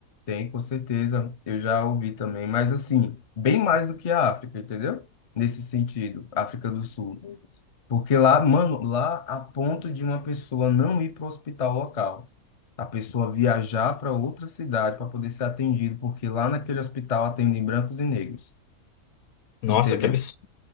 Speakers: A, on the left (about 45°); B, on the left (about 75°).
A: Tem, com certeza. Eu já ouvi também, mas assim, bem mais do que a África, entendeu? Nesse sentido, África do Sul. Porque lá, mano, lá a ponto de uma pessoa não ir para o hospital local. A pessoa viajar para outra cidade para poder ser atendido, porque lá naquele hospital atendem brancos e negros,
B: Nossa,
A: entendeu?
B: que absurdo.